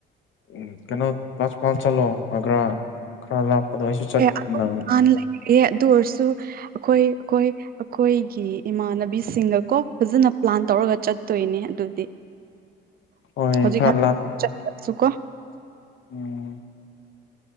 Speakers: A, on the left; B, on the right.
A: ꯎꯝ ꯀꯩꯅꯣ ꯄꯥꯁ ꯄꯥꯜ ꯆꯂꯣ ꯑꯒ꯭ꯔꯥ ꯈꯔ ꯂꯥꯄ ꯄꯗꯣ ꯑꯩꯁꯨ ꯆꯠ
B: ꯑꯇꯣꯞ
A: ꯅꯪ
B: ꯍꯥꯟꯅ ꯑꯦ ꯑꯗꯨ ꯑꯣꯏꯔꯁꯨ ꯑꯩꯈꯣꯏ ꯑꯩꯈꯣꯏ ꯑꯩꯈꯣꯏꯒꯤ ꯏꯃꯥꯟꯅꯕꯤꯁꯤꯡꯒ ꯀꯣ ꯐꯖꯅ ꯄ꯭ꯂꯥꯟ ꯇꯧꯔꯒ ꯆꯠꯇꯣꯏꯅꯦ ꯑꯗꯨꯗꯤ <unintelligible>
A: ꯍꯣꯏ ꯈꯔ ꯂꯥꯞ ꯎꯝ